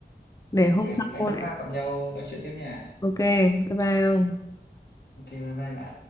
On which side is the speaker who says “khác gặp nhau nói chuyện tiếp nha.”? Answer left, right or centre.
Left